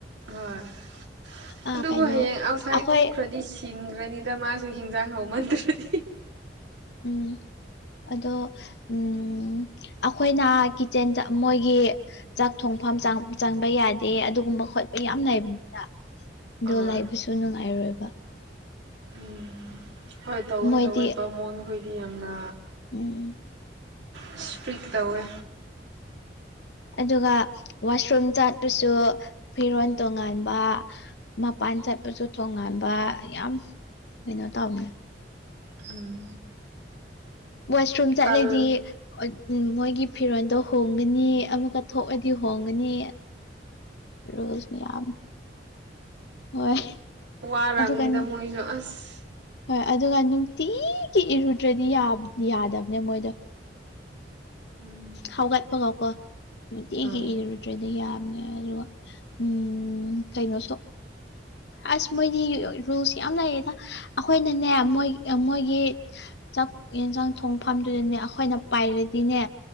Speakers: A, on the right; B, on the left.
A: ꯍꯣꯏ
B: ꯑ
A: ꯑꯗꯨꯕꯨ
B: ꯀꯩꯅꯣ
A: ꯍꯌꯦꯡ ꯑꯥꯎꯠꯁꯥꯏꯠ
B: ꯑꯩꯈꯣꯏ
A: ꯊꯣꯛꯈ꯭ꯔꯗꯤ ꯁꯤꯡꯈ꯭ꯔꯅꯤꯗ ꯃꯥ ꯗꯨ ꯍꯤꯟꯖꯥꯡ ꯍꯥꯎꯃꯟꯗ꯭ꯔꯗꯤ
B: ꯎꯝ ꯑꯗꯣ ꯎꯝ ꯑꯩꯈꯣꯏꯅ ꯑ ꯀꯤꯆꯟꯗ ꯃꯣꯏꯒꯤ ꯆꯥꯛ ꯊꯣꯡꯐꯝ ꯆꯪꯕ ꯌꯥꯗꯦ ꯑꯗꯨꯒꯨꯝꯕ ꯈꯣꯠꯄ ꯌꯥꯝ ꯂꯩꯕꯅꯤꯅ ꯑꯗꯣ
A: ꯑꯍꯣꯏ
B: ꯂꯩꯕꯥꯁꯨ ꯅꯨꯡꯉꯥꯏꯔꯣꯏꯕ
A: ꯎꯝ ꯍꯣꯏ ꯇꯧꯋꯏ
B: ꯃꯣꯏꯗꯤ
A: ꯇꯧꯋꯏ ꯕꯥꯃꯣꯟꯈꯣꯏꯗꯤ ꯌꯥꯝꯅ
B: ꯎꯝ
A: ꯏꯁꯄ꯭ꯔꯤꯛ ꯇꯧꯋꯦ
B: ꯑꯗꯨꯒ ꯋꯥꯁꯔꯨꯝ ꯆꯥꯄꯁꯨ ꯐꯤꯔꯣꯜ ꯇꯣꯉꯥꯟꯕ ꯃꯄꯥꯟ ꯆꯠꯄꯁꯨ ꯊꯣꯡꯉꯥꯟꯕ ꯌꯥꯝ ꯀꯩꯅꯣ ꯇꯧꯅꯦ
A: ꯎꯝ
B: ꯋꯥꯁꯔꯨꯝ ꯆꯠꯂꯗꯤ
A: ꯇꯜ
B: ꯎꯝ ꯃꯣꯏꯒꯤ ꯐꯤꯔꯣꯟꯜꯗꯣ ꯍꯣꯡꯒꯅꯤ ꯑꯃꯨꯛꯀ ꯊꯣꯛꯑꯗꯤ ꯍꯣꯡꯒꯅꯤ
A: <inaudible>
B: ꯔꯣꯖꯃꯤꯌꯥꯝ ꯍꯣꯏ
A: ꯋꯥ ꯑꯔꯝꯅꯤꯗ
B: ꯑꯗꯨꯒ
A: ꯃꯣꯏꯁꯨ ꯑꯁ
B: ꯍꯣꯏ ꯑꯗꯨꯒ ꯅꯨꯡꯇꯤꯒꯤ ꯏꯔꯨꯗ꯭ꯔꯗꯤ ꯌꯥꯗꯕꯅꯦ ꯃꯣꯏꯗꯣ
A: ꯎꯝ
B: ꯍꯧꯒꯠꯄꯒꯥꯎꯀꯣ ꯍꯧꯅꯨꯡꯇꯤ ꯑꯩꯒꯤ
A: ꯍꯣꯏ
B: ꯏꯔꯔꯨꯗ꯭ꯔꯦꯗꯤ ꯌꯥꯝꯕꯅꯦ ꯑꯗꯨꯒ ꯎꯝ ꯀꯩꯅꯣ ꯁ
A: <inaudible>
B: ꯑꯁ ꯃꯣꯏꯗꯤ ꯔꯨꯜꯁ ꯌꯥꯝ ꯂꯩꯌꯦꯗ ꯑꯩꯈꯣꯏꯅꯅꯦ ꯃꯣꯏ ꯃꯣꯏꯒꯤ ꯆꯥꯛ ꯌꯦꯟꯁꯥꯡ ꯊꯣꯡꯐꯝꯗꯨꯗꯅꯦ ꯑꯩꯈꯣꯏꯅ ꯄꯥꯏꯔꯗꯤꯅꯦ